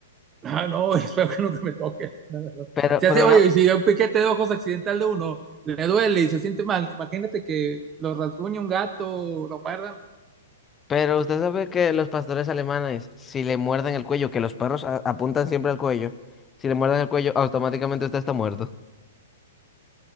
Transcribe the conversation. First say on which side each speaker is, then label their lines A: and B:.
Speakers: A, on the right (about 25°); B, on the left (about 20°).
A: Ah, no, <laughs> espero que nunca me toque, la verdad.
B: Pero,
A: Si
B: pero,
A: hace, oye,
B: una-
A: y si un piquete de ojos accidental de uno le duele y se siente mal, imagínate que lo rasguñe un gato, lo muerdan.
B: pero usted sabe que los pastores alemanes, si le muerden el cuello, que los perros a- apuntan siempre al cuello, si le muerden el cuello, automáticamente usted está muerto.